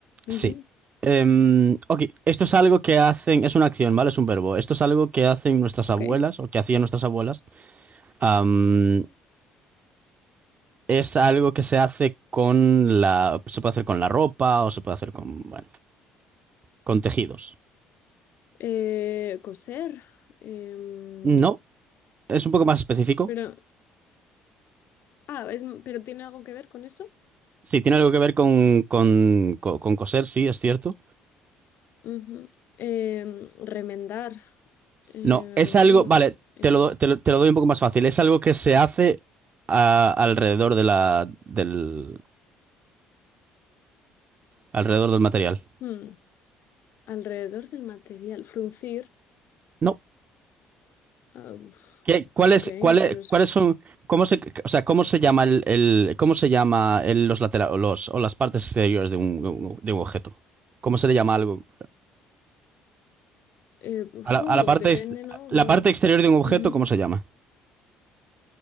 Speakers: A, on the left (about 60°); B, on the right (about 40°).
A: Ujú,
B: Sí. Em, ok, esto es algo que hacen, es una acción, ¿vale? Es un verbo. Esto es algo que hacen nuestras
A: Ok.
B: abuelas o que hacían nuestras abuelas. Am, es algo que se hace con la, se puede hacer con la ropa o se puede hacer con, bueno, con tejidos.
A: Eh, coser. em,
B: No, es un poco más específico.
A: pero, ah, es, pero ¿tiene algo que ver con eso?
B: Sí, tiene algo que ver con, con, co- con coser, sí, es cierto.
A: Ujú. Em, remendar. eh,
B: No, es
A: remiendo.
B: algo, vale,
A: em,
B: te lo, do- te lo, te lo doy un poco más fácil. Es algo que se hace a- alrededor de la, del, alrededor del material.
A: hmm, alrededor del material. Fruncir.
B: No.
A: Ah, uf,
B: ¿Qué, cuál
A: ok,
B: es- cuál
A: si
B: es-
A: no sé.
B: cuáles son, cómo se, o sea, cómo se llama el, el- cómo se llama el- los laterales, los, o las partes exteriores de un, de un objeto? ¿Cómo se le llama algo?
A: Eh, uf,
B: A la,
A: <laughs> uh,
B: a la parte,
A: depende,
B: ex-
A: ¿no?
B: la
A: Board.
B: parte exterior de un objeto,
A: Ujú.
B: ¿cómo se llama?